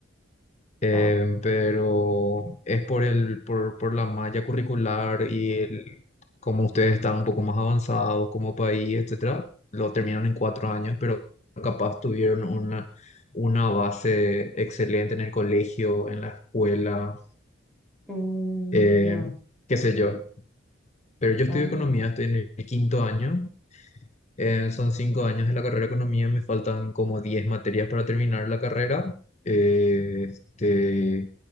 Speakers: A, on the left; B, in the centre.
A: Eh,
B: ¡Wow!
A: pero es por el, por, por la malla curricular y el, como ustedes están un poco más avanzados como país, etcétera, lo terminan en cuatro años, pero capaz tuvieron una, una base excelente en el colegio, en la escuela,
B: Mm,
A: eh,
B: ya.
A: qué sé yo. Pero yo estudio
B: Anda.
A: economía, estoy en el quinto año Eh, son cinco años de la carrera de economía, me faltan como diez materias para terminar la carrera. Eh, este,